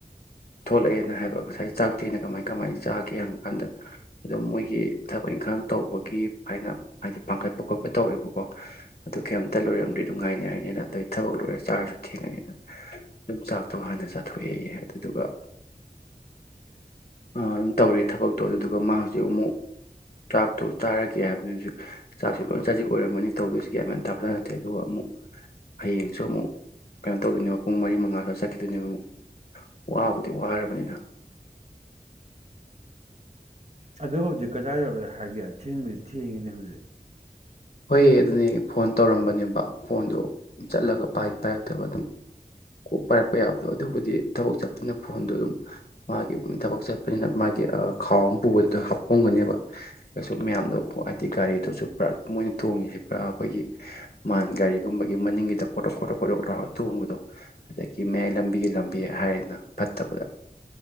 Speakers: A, on the left; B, on the right.
A: ꯊꯣꯛꯂꯛꯑꯦꯅ ꯍꯥꯏꯕ ꯉꯁꯥꯏ ꯆꯥꯛꯇꯦꯅ ꯀꯃꯥꯏ ꯀꯃꯥꯏ ꯆꯥꯒꯦ ꯍꯪꯉ ꯀꯥꯟꯗ ꯑꯗꯨꯝ ꯃꯣꯏꯒꯤ ꯊꯕꯛ ꯏꯪꯈꯥꯡ ꯇꯧꯕꯒꯤ ꯍꯥꯏꯅ ꯍꯥꯏꯗꯤ ꯄꯥꯡꯈꯠꯄ ꯈꯣꯠꯄ ꯇꯧꯋꯦꯕꯀꯣ ꯑꯗꯨ ꯀꯩꯝꯇ ꯂꯣꯏꯔꯝꯗ꯭ꯔꯦ ꯑꯗꯨꯅꯨꯡꯉꯥꯏ ꯑꯗꯦꯏ ꯊꯕꯛ ꯂꯣꯏꯔ ꯆꯔꯁꯨ ꯊꯦꯟꯒꯅꯤꯅꯥ ꯑꯗꯨꯝ ꯆꯛꯇꯣ ꯍꯟꯅꯥ ꯆꯠꯍꯣꯛ ꯑꯌꯦ ꯑꯗꯨꯒꯥ ꯑꯗꯨꯝ ꯇꯧꯔꯦ ꯊꯕꯛꯇꯤ ꯑꯗꯨꯒꯥ ꯃꯥ ꯍꯧꯖꯤꯛ ꯑꯃꯨꯛ ꯆꯥꯛꯇꯣ ꯆꯔꯛ ꯀꯦ ꯍꯥꯏꯕꯅꯤ ꯍꯧꯖꯤꯛ ꯆꯥꯛꯁꯨ ꯂꯣꯏ ꯆꯖꯤꯛ ꯑꯣꯏꯔꯝꯃꯅꯤ ꯇꯧꯗꯣꯏꯁꯤ ꯀ ꯌꯥꯝ ꯊꯥꯆ ꯅꯠꯇꯦ ꯑꯗꯨꯒ ꯑꯃꯨꯛ ꯍꯌꯦꯡꯁꯨ ꯑꯃꯨꯛ ꯀꯩꯅꯣ ꯇꯧꯗꯣꯏꯅꯦꯕ ꯄꯨꯡ ꯃꯔꯤ ꯃꯉꯥꯁꯨ ꯆꯠꯈꯤꯗꯣꯏꯅꯦꯕ ꯑꯃꯨꯛ ꯋꯥꯕꯨꯗꯤ ꯋꯥꯔꯕꯅꯤꯗ
B: ꯑ ꯍꯧꯖꯤꯛ ꯀꯗꯥꯏ ꯌꯧꯔꯦ ꯍꯥꯏꯒꯦ ꯊꯦꯡꯕꯗꯤ ꯊꯦꯡꯉꯤꯅꯦ ꯍꯧꯖꯤꯛ
A: ꯍꯣꯏ ꯑꯗꯨꯅꯦ ꯐꯣꯟ ꯇꯧꯔꯝꯕꯅꯦꯕ ꯐꯣꯟꯗꯣ ꯆꯠꯂꯒ ꯄꯥꯏꯔꯛꯇꯕ ꯑꯗꯨꯝ ꯀꯨ ꯄꯥꯏꯔꯛꯄ ꯌꯥꯕꯗꯣ ꯑꯗꯨꯕꯨꯗꯤ ꯊꯕꯛ ꯆꯠꯄꯅ ꯐꯣꯟꯗꯣ ꯑꯗꯨꯝ ꯃꯥꯒꯤ ꯊꯕꯛ ꯆꯠꯄꯅꯤꯅ ꯃꯥꯒꯤ ꯈꯥꯎ ꯑꯃ ꯄꯨꯕꯗꯨꯗ ꯍꯥꯞꯄꯝꯒꯅꯦꯕ ꯀꯩꯁꯨ ꯃꯌꯥꯝꯗꯣ ꯍꯥꯏꯗꯤ ꯒꯥꯔꯤꯗꯨꯁꯨ ꯃꯣꯏꯅ ꯊꯣꯡꯉꯁꯤ ꯄꯨꯔꯥ ꯑꯩꯈꯣꯏꯒꯤ ꯃꯥꯟ ꯒꯥꯔꯤꯒꯨꯝꯕꯒꯤ ꯃꯅꯤꯡꯒꯤꯗ ꯀꯣꯗꯣꯛ ꯀꯣꯗꯣꯀ ꯀꯑꯣꯗꯣꯛ ꯂꯥꯑꯣꯔꯥ ꯊꯣꯡꯕꯗꯣ ꯑꯗꯒꯤ ꯃꯌꯥꯏ ꯂꯝꯕꯤꯒꯤ ꯂꯝꯕꯤ ꯍꯥꯏꯔꯅ ꯐꯠꯇꯕꯗ